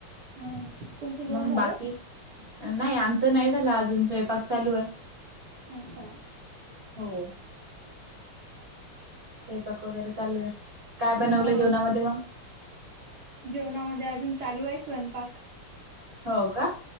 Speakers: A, on the right (about 60°); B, on the right (about 35°).
A: हा तुमचे जेवण
B: मग
A: झाले?
B: बाकी नाही आमचं नाही झालं अजून स्वयंपाक चालू आहे
A: अच्छा
B: हो स्वपाक वगैरे चालू आहे काय बनवलं
A: हा
B: जेवणामध्ये मग
A: जेवणामध्ये अजून चालू आहे स्वयंपाक
B: हो का